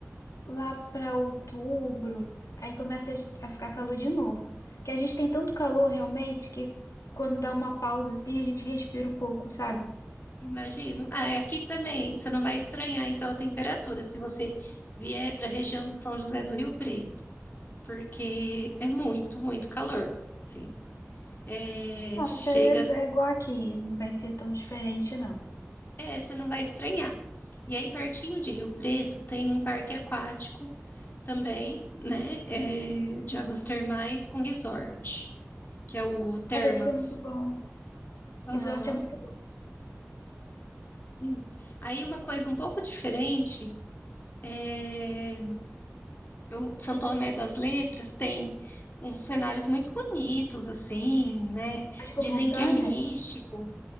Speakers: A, on the left; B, on the left.
A: lá para outubro. Aí começa a ficar calor de novo. Que a gente tem tanto calor realmente que quando dá uma pausa assim, a gente respira um pouco, sabe?
B: Imagino. Ah, e aqui também, você não vai estranhar então a temperatura se você vier para a região de São José do Rio Preto, porque é muito, muito calor. Sim. É,
A: Ah,
B: chega,
A: isso aí é é igual aqui, não vai ser tão diferente, não.
B: é, você não vai estranhar. E aí, pertinho de Rio Preto, tem um parque aquático também, né? é, de águas termais com resort, que é o Termas.
A: Ah, deve ser muito bom.
B: Aham.
A: Resort é muito bom.
B: Hum. Aí, uma coisa um pouco diferente, é, o São Tomé das Letras tem uns cenários muito bonitos, assim, né?
A: As com
B: Dizem
A: montanhas?
B: que é místico.